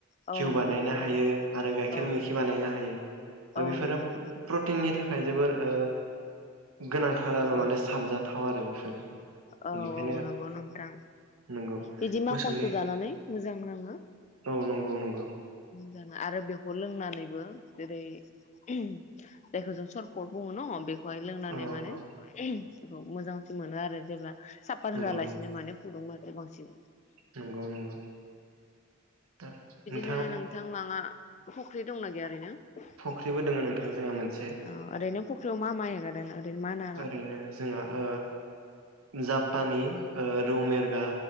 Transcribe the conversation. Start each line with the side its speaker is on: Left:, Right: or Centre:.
Left: औ
Right: घीउ
Left: औ नंगौ
Right: बानायनो
Left: नोंथां
Right: हायो आरो गाइखेर
Left: औ
Right: मैखि बानायनो हायो दा
Left: औ
Right: बेफोरो
Left: नंगौ
Right: प्रटिननि थाखाय जोबोर ओ गोनांथार आरो
Left: औ
Right: माने साबजाथाव थाव आरो बेफोरो
Left: औ
Right: बेनिखायनो
Left: औ नंगौ नोंथां
Right: नंगौ
Left: बिदि माखनखौ
Right: मोसौनि
Left: जानानै मोजां नाङो
Right: औ नंगौ नंगौ।
Left: जाना आरो बेखौ लोंनानैबो जेरै उम जायखौ जों सर्पत बुङो न बेखौ खौहाय लोंनानै
Right: औ
Left: माने
Right: औ
Left: उम बेखौ मोजांसिन मोनो आरो जेब्ला सा पात
Right: नंगौ
Left: होआलासिनो
Right: नंगौ
Left: माने फुदुंङो बांसिन
Right: नंगौ नंगौ था नं
Left: नो नोंथां लाङा फुख्रि दंना गैया ओरैनो औ
Right: फुख्रिबो दोङो नोंथां जोंहा मोनसे
Left: ओरैनो फख्रियाव मा माइ हेगारो ओरैनो मा ना ना?
Right: ओरैनो जोंहा ओ जापानि ओ रौ मिरगा।